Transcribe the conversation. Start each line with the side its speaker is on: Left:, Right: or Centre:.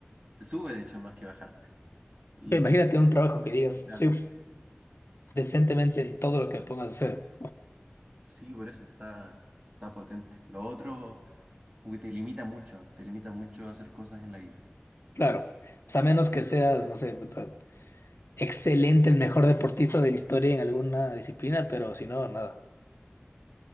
Right: te sube de hecho más que bajarte. Y
Left: ve, imagínate un trabajo que digas,
Right: claro,
Left: soy decentemente en todo lo que me pongas a hacer.
Right: sí, por eso está, está potente. Lo otro, como que te limita mucho, te limita mucho a hacer cosas en la vida.
Left: Claro, o sea, a menos que seas, no sé, puta, excelente, el mejor deportista de la historia en alguna disciplina, pero si no, nada.